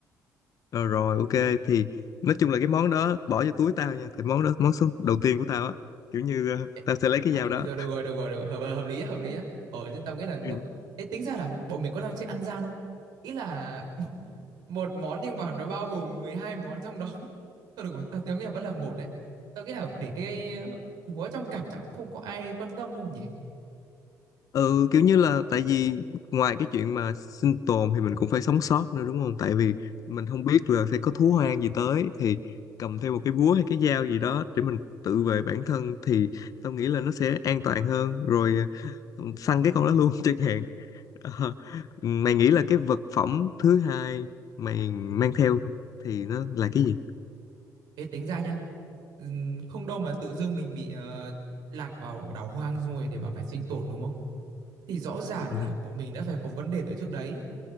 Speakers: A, on the left (about 55°); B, on the right (about 80°).
A: Rồi, rồi ok thì nói chung là cái món đó bỏ vô túi tao nha thì món đó món số đầu tiên của tao á kiểu như ờ,
B: Ê,
A: tao sẽ lấy cái
B: à
A: dao
B: ừ
A: đó
B: rồi được rồi được rồi được rồi hợp, hợp lý á, hợp lý á ờ thế tao nghĩ là lúc
A: ừ.
B: Ê, tính ra là bọn mình có đang chơi ăn gian không ý là <laughs> một món nhưng mà nó bao gồm 12 món trong đó thôi được rồi tao tao nghĩ là vẫn là một đấy tao nghĩ là để cái ờ, búa trong cặp chắc cũng không có ai quan tâm đâu nhỉ
A: ừ kiểu như là tại vì ngoài cái chuyện mà sinh tồn thì mình cũng phải sống sót nữa đúng không tại vì mình không biết là sẽ có thú hoang gì tới thì cầm theo một cái búa hay cái dao gì đó để mình tự vệ bản thân thì tao nghĩ là nó sẽ an toàn hơn rồi ờ, săn cái con đó luôn <laughs> chẳng hạn Ờ, mày nghĩ là cái vật phẩm thứ hai mày mang theo thì nó là cái gì
B: Ê tính ra nha ừm, không đâu mà tự dưng mình bị ờ, lạc vào đảo hoang rồi để mà phải sinh tồn đúng không thì rõ ràng
A: Ừ,
B: là bọn mình đã phải có vấn đề từ trước đấy